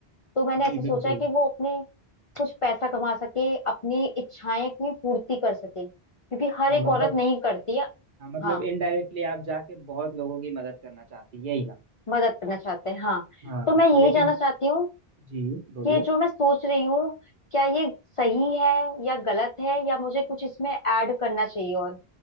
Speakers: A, on the left; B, on the right.
A: तो मैंने
B: जी
A: ऐसा सोचा
B: बिल्कुल
A: है कि वो अपने कुछ पैसा कमा सके अपनी इच्छाएं की पूर्ति कर सके क्योंकि हर एक
B: मतलब
A: औरत नहीं करती है
B: हाँ मतलब
A: हाँ
B: इनडायरेक्टली आप जाके बहुत लोगों की मदद करना चाहती है यही ना
A: मदद करना चाहते हैं हाँ
B: हाँ
A: तो मैं यही
B: लेकिन
A: जानना चाहती हूँ
B: जी बोलिए
A: ये जो मैं सोच रही हूँ क्या ये सही है या गलत है या मुझे कुछ इसमें ऐड करना चाहिए और